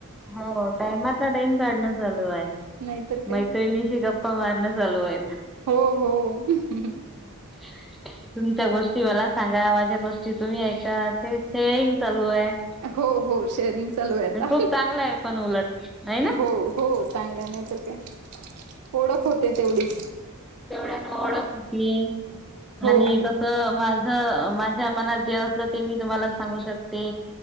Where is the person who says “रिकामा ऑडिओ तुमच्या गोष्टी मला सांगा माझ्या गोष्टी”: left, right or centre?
Centre